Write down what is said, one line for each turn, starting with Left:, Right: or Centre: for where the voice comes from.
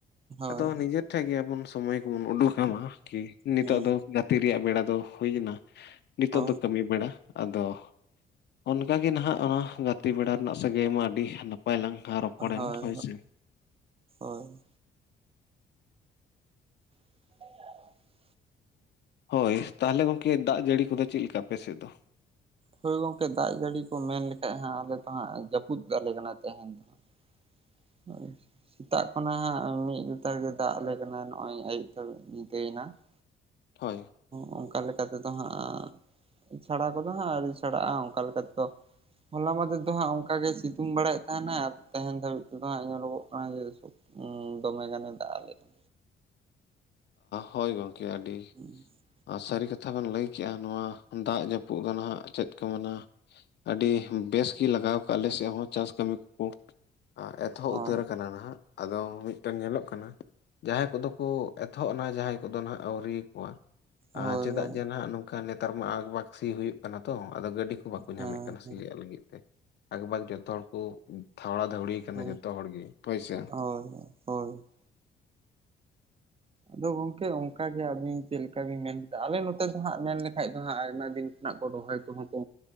Right: ᱦᱳᱭ
Left: ᱟᱫᱚ, ᱱᱤᱡᱮᱨ ᱴᱷᱮᱱ ᱜᱮ, ᱟᱵᱚᱱ ᱥᱚᱢᱚᱭ ᱠᱚᱵᱚᱱ ᱩᱰᱩᱠᱢᱟ, ᱠᱤ ᱱᱤᱛᱚᱜ
Right: ᱦᱩᱸ
Left: ᱫᱚ ᱾ ᱛᱤ ᱨᱮᱭᱟᱜ ᱵᱮᱲᱟ ᱫᱚ ᱦᱩᱭ ᱮᱱᱟ, ᱱᱤᱛᱚᱜ
Right: ᱦᱳᱭ
Left: ᱫᱚ ᱠᱟᱹᱢᱤ ᱵᱮᱲᱟ ᱾ ᱟᱫᱚ, ᱚᱱᱠᱟᱜᱮ ᱱᱷᱟᱜ, ᱚᱱᱟ ᱜᱟᱛᱮ ᱵᱮᱲᱟ ᱨᱮᱱᱟᱜ, ᱥᱟᱹᱜᱟᱹᱭᱢᱟ ᱟᱹᱰᱤ ᱱᱟᱯ ᱯᱟᱭ, ᱞᱟᱝ ᱨᱚᱯᱚᱲ
Right: ᱦᱳᱭ ᱦᱳᱭ
Left: ᱮᱱ ᱦᱚᱭ ᱥᱮ ᱾
Right: ᱦᱳᱭ ᱾ ᱟ <inaudible>
Left: ᱦᱳᱭ, ᱛᱟᱦᱚᱞᱮ ᱜᱚᱝᱠᱮ, ᱫᱟᱜ ᱡᱟᱹᱲᱤ ᱠᱚᱫᱚ ᱪᱮᱫ ᱞᱮᱠᱟ, ᱟᱯᱮ ᱥᱮᱫ ᱫᱚ?
Right: ᱦᱳᱭ ᱜᱚᱝᱠᱮ, ᱫᱟᱜ ᱡᱟᱹᱲᱤ ᱠᱚ ᱢᱮᱱ ᱞᱮᱠᱷᱟᱡ, ᱦᱟᱸᱜ ᱟᱞᱮ ᱫᱚ ᱦᱟᱸᱜ ᱡᱟᱹᱯᱩᱫ ᱟᱞᱮ ᱠᱟᱱᱟ ᱛᱟᱦᱮᱧ ᱫᱚ ᱦᱟᱸᱜ ᱾ ᱦᱳᱭ ᱾ ᱥᱮᱛᱟᱜ ᱠᱷᱚᱱᱟᱜ, ᱢᱤᱫ ᱞᱮᱛᱟᱲ ᱜᱮ ᱫᱟᱜ ᱟᱞᱮ ᱠᱟᱱᱟ, ᱱᱚᱜᱼᱚᱭ ᱟᱹᱭᱩᱵ ᱫᱷᱟᱵᱤᱡ, ᱧᱤᱫᱟᱹᱭᱮᱱᱟ ᱾ <inaudible>
Left: ᱦᱳᱭ ᱾
Right: ᱳᱸᱻᱚᱱᱠᱟ ᱞᱮᱠᱟ ᱛᱮᱫᱚ ᱦᱟᱸᱜ, ᱥᱟᱲᱟ ᱠᱚᱫᱚ ᱦᱟᱸᱜ, ᱟ. ᱣᱨᱤ ᱥᱮᱬᱟᱜᱼᱟ ᱚᱱᱠᱟ ᱞᱮᱠᱟ ᱛᱮᱫᱚ ᱾ ᱦᱚᱞᱟ ᱢᱟᱫᱷᱮᱨ ᱫᱚ ᱦᱟᱸᱜ, ᱚᱱᱠᱟ ᱜᱮ ᱥᱤᱛᱩᱝ ᱵᱟᱲᱟᱭᱮᱫ ᱛᱟᱦᱮᱱᱟ, ᱟᱨ ᱛᱮᱦᱮᱧ ᱫᱷᱟᱹᱵᱤᱡ ᱫᱚ ᱦᱟᱸᱜ, ᱧᱮᱞᱚᱜᱚᱜ ᱠᱟᱱᱟ ᱡᱮ, ᱥᱚᱠ <unintelligible> ᱫᱚᱢᱮ ᱜᱟᱱᱮ ᱫᱟᱜ ᱟᱞᱮ ᱠᱟᱱᱟ ᱾
Left: ᱦᱳᱭ ᱜᱚᱢᱠᱮ, ᱟᱹᱰᱤ
Right: ᱦᱩᱸ ᱾
Left: ᱥᱟᱹᱨᱤ ᱠᱟᱛᱷᱟ ᱵᱮᱱ ᱞᱟᱹᱭ ᱠᱮᱜᱼᱟ, ᱱᱚᱣᱟ ᱫᱟᱜ ᱡᱟᱹᱯᱩᱫ ᱫᱚ ᱱᱷᱟᱜ ᱪᱮᱫ ᱠᱚ ᱢᱮᱱᱟ? ᱟᱹᱰᱤ ᱵᱮᱥ ᱜᱮ, ᱞᱟᱜᱟᱣ ᱠᱟᱜᱼᱟ ᱾ ᱟᱞᱮ ᱥᱮᱫ ᱦᱚᱸ ᱪᱟᱥ ᱠᱟᱹᱢᱤ ᱠᱚ ᱾ ᱮᱛᱚᱦᱚᱵ
Right: ᱦᱳᱭ
Left: ᱩᱛᱟᱹᱨ ᱟᱠᱟᱱᱟ ᱱᱷᱟᱸᱜ, ᱟᱫᱚ ᱢᱤᱫᱴᱟᱝ, ᱧᱮᱞᱚᱜ ᱠᱟᱱᱟ ᱡᱟᱦᱟᱸᱭ ᱠᱚᱫᱚ ᱠᱚ, ᱱᱤᱛᱚᱜ ᱡᱟᱦᱟᱸᱭ ᱠᱚᱫᱚ ᱱᱷᱟᱜ ᱟᱹᱣᱨᱤᱭᱟᱠᱚᱣᱟ,
Right: ᱦᱳᱭ
Left: ᱪᱮᱫᱟᱜ
Right: ᱦᱳᱭ
Left: ᱡᱮ ᱱᱷᱟᱜ ᱱᱮᱛᱟᱨ ᱢᱟ, ᱟᱠ-ᱵᱟᱠ ᱥᱤ ᱦᱩᱭᱩᱜ ᱠᱟᱱᱟ, ᱛᱚ ᱾ ᱟᱫᱚ ᱜᱟᱹᱰᱤ ᱠᱚ, ᱵᱟᱠᱚ
Right: ᱦᱮᱸ
Left: ᱧᱟᱢᱮᱫ ᱠᱟᱱᱟ,
Right: ᱦᱮᱸ
Left: ᱥᱤᱭᱟᱜ ᱞᱟᱹᱜᱤᱫ ᱛᱮ ᱾ ᱟᱠ-ᱵᱟᱠ, ᱡᱚᱛᱚ ᱦᱚᱲ ᱠᱚ ᱫᱷᱟᱣᱲᱟ ᱫᱷᱟᱣᱲᱤ ᱟᱠᱟᱱᱟ,
Right: ᱦᱳᱭ
Left: ᱡᱚᱛᱚ ᱦᱚᱲ ᱜᱮ, ᱦᱳᱭᱥᱮ ᱾
Right: ᱦᱳᱭ, ᱦᱳᱭ ᱾ ᱟᱫᱚ ᱜᱚᱝᱠᱮ, ᱚᱱᱠᱟᱜᱮ ᱟᱹᱵᱤᱱ ᱪᱮᱫ ᱞᱮᱠᱟ? ᱵᱤᱱ ᱢᱮᱱ ᱠᱮᱫᱟ, ᱟᱞᱮ ᱱᱚᱛᱮ ᱫᱚ ᱦᱟᱸᱦ, ᱢᱮᱱ ᱞᱮᱠᱷᱟᱡ ᱫᱚ ᱦᱟᱸᱦ, ᱟᱭᱢᱟ ᱫᱤᱱᱻᱻ <unintelligible> ᱨᱚᱦᱚᱭ ᱠᱚᱦᱚᱸ ᱠᱚᱻᱻ